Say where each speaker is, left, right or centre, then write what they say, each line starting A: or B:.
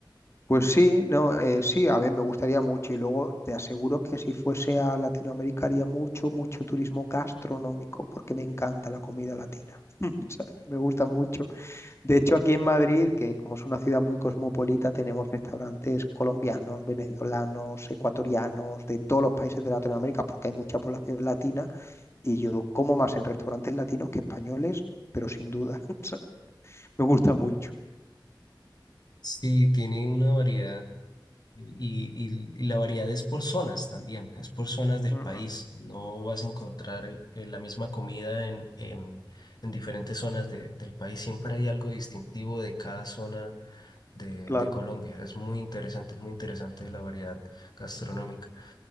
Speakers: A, on the left (about 30°); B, on the left (about 55°).
A: Pues sí, no, eh, sí, a ver, me gustaría mucho. Y luego te aseguro que si fuese a Latinoamérica haría mucho, mucho turismo gastronómico, porque me encanta la comida latina. <laughs> ¿sabes? Me gusta mucho. De hecho, aquí en Madrid, que como es una ciudad muy cosmopolita, tenemos restaurantes colombianos, venezolanos, ecuatorianos, de todos los países de Latinoamérica, porque hay mucha población latina, y yo como más en restaurantes latinos que españoles, pero sin duda, <laughs> o sea, me gusta mucho.
B: sí, tiene una variedad y, y- y la variedad es por zonas también, es por zonas del
A: Mm,
B: país.
A: mm,
B: No vas a encontrar eh, eh, la misma comida en, en, en diferentes zonas de- del país. Siempre hay algo distintivo de cada zona de,
A: Claro.
B: de Colombia. Es muy interesante, es muy interesante la variedad gastronómica.